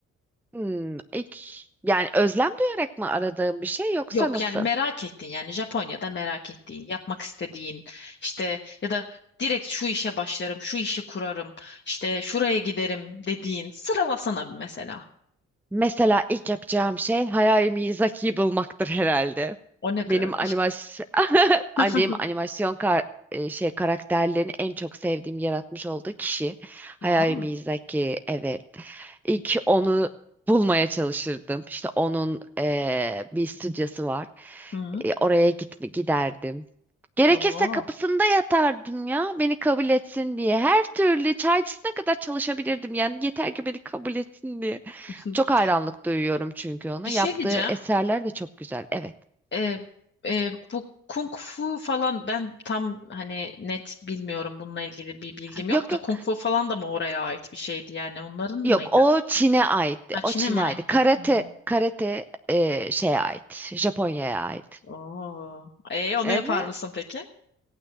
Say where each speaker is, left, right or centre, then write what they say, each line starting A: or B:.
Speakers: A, in the centre; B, on the left (about 35°).
A: hmm. İlk, yani özlem duyarak mı aradığım bir şey yoksa
B: Yok
A: nasıl?
B: yani merak ettin yani Japonya'da merak ettiğin, yapmak istediğin işte ya da direkt şu işe başlarım, şu işi kurarım, işte şuraya giderim dediğin sıralasana bir mesela.
A: Mesela ilk yapacağım şey Hayao Miyazaki'yi bulmaktır herhalde.
B: O ne gı?
A: Benim animasyon <laughs> Ay,
B: <laughs>
A: benim animasyon kar- e, şey karakterlerini en çok sevdiğim yaratmış olduğu kişi
B: Aa,
A: Hayao Miyazaki. Evet. İlk onu bulmaya çalışırdım. İşte onun e, bir stüdyosu var.
B: hı,
A: E, oraya gitme giderdim. Gerekirse
B: oo.
A: kapısında yatardım ya beni kabul etsin diye. Her türlü çaycısına kadar çalışabilirdim yani yeter ki beni kabul etsin diye.
B: <laughs>
A: Çok hayranlık duyuyorum çünkü ona.
B: Bir şey
A: Yaptığı
B: diyeceğim.
A: eserler de çok güzel. Evet.
B: e, e, bu kung fu falan ben tam hani net bilmiyorum bununla ilgili bir bilgim
A: Yok
B: yok da
A: yok.
B: kung fu falan da mı oraya ait bir şeydi yani onların mıydı?
A: Yok o Çin'e aitti.
B: Ha Çin'e
A: O Çin'e
B: mi aitti?
A: aitti. Karate
B: Hmm.
A: karate e, şeye ait. Japonya'ya ait.
B: Oo. E onu
A: Evet.
B: yapar mısın peki?